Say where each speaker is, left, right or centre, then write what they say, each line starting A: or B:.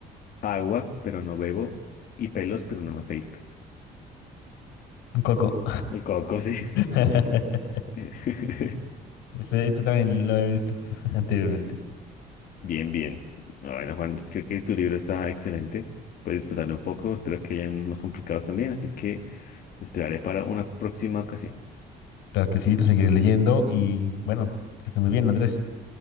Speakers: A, on the left; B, on the left.
A: Agua, pero no bebo. Y pelos, pero no me afeito.
B: Un coco.
A: El coco, sí.
B: <laughs>
A: <laughs>
B: Este, este también lo he visto <laughs> anteriormente.
A: Bien, bien. No, Bueno, Juan, creo que tu libro está excelente. Puedes disfrutarlo un poco. Espero que hayan unos complicados también. Así que te esperaré para una próxima ocasión.
B: Claro que sí, lo seguiré leyendo y bueno, que estés muy bien, Andrés.